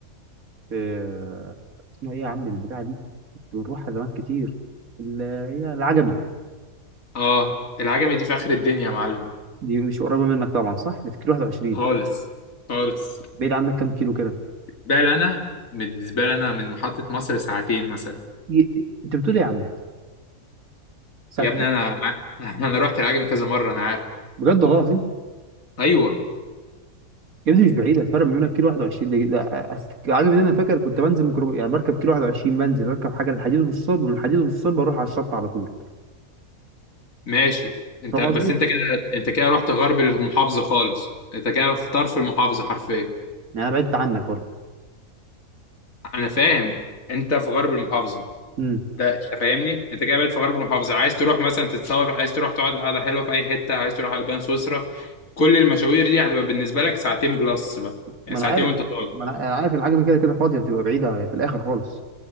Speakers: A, on the right; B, on the left.
A: في اسمها ايه يا عم البتاعه دي كنت بنروحها زمان كتير اللي هي العجمي
B: اه العجمي دي في اخر الدنيا يا معلم
A: دي مش قريبه منك طبعا صح؟ اللي في كيلو 21
B: خالص خالص
A: بعيد عنك كام كيلو كده؟
B: ده اللي انا بالنسبه لي انا من محطه مصر ساعتين مثلا
A: ي- انت بتقول ايه يا عم؟ ساعتين
B: يا ابني انا <laughs> انا رحت العجمي كذا مره انا عارف
A: بجد والله العظيم
B: ايوه
A: يا ابني مش بعيد الفرق ما بينك كيلو 21 ده ده أست- عاجب ان انا فاكر كنت بنزل ميكروب يعني بركب كيلو 21 بنزل بركب حاجه للحديد والصلب من الحديد والصلب اروح على الشط على طول
B: ماشي انت
A: فاهم
B: بس
A: قصدي؟
B: انت كده انت كده رحت غرب المحافظه خالص انت كده في طرف المحافظه حرفيا
A: يعني انا بعدت عنك برضه
B: انا فاهم انت في غرب المحافظه
A: امم
B: ده انت فاهمني انت كده بقيت في غرب المحافظه عايز تروح مثلا تتصور عايز تروح تقعد قعده حلوه في اي حته عايز تروح على البان سويسرا كل المشاوير دي هتبقى بالنسبه لك ساعتين بلس بقى يعني
A: ما
B: ساعتين
A: انا عارف
B: وانت طالع
A: ما انا أنا عارف العجمي كده كده فاضيه بتبقى بعيده في الاخر خالص